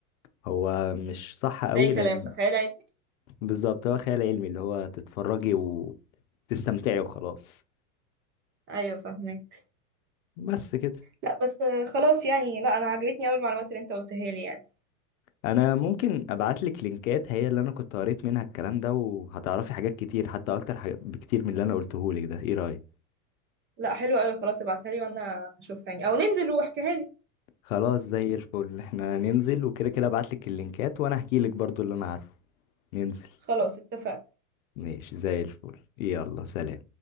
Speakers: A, on the left; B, on the right.
A: هو مش صح قوي
B: اي كلام
A: لأن
B: صح خيال علمي
A: بالظبط هو خيال علمي اللي هو تتفرجي وتستمتعي وخلاص
B: ايوه فاهمك
A: بس كده
B: لا بس آه، خلاص يعني لا انا عجبتني قوي المعلومات اللي انت قلتها لي يعني
A: انا ممكن ابعت لك لينكات هي اللي انا كنت قريت منها الكلام ده وهتعرفي حاجات كتير حتى اكتر حاجات بكتير من اللي انا قلته لك ده ايه رايك
B: لا حلو قوي خلاص ابعتها لي وانا هشوفها يعني او ننزل واحكيها لي
A: خلاص زي الفل احنا ننزل وكده كده ابعت لك اللينكات وانا احكي لك برضو اللي انا عارفه ننزل
B: خلاص اتفقنا
A: ماشي زي الفل يلا سلام